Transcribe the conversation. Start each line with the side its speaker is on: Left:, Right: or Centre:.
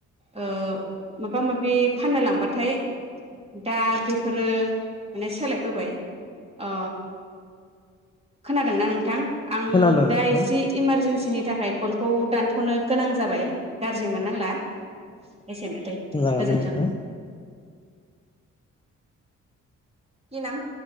Right: ओ माबा माबि फाननो लांबाथाय दा बेफोरो माने सोलायबोबाय ओ खोनादोंना नोंथां? आं
Left: खोनादों
Right: दा
Left: नोंथां
Right: एसे इमारजेन्सिनि थाखाय कल खौ दानथनो गोनां जाबाय गाज्रि मोननांला एसेनोथै गोजोनथों।
Left: जागोन नोंथां
Right: खि नाम